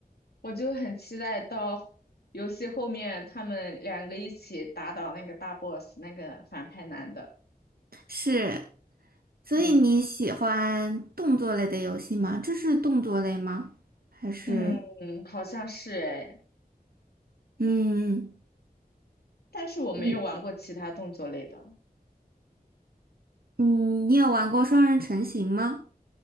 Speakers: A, on the left; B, on the right.
A: 我就很期待到游戏后面他们两个一起打倒那个大 boss 那个反派男的。
B: 是，所以你喜欢动作类的游戏吗？
A: 嗯
B: 这是动作类吗？还是，
A: 嗯，好像是诶，
B: 嗯，
A: 但是我没有玩过其他动作类的。
B: 嗯嗯，你有玩过双人成行吗？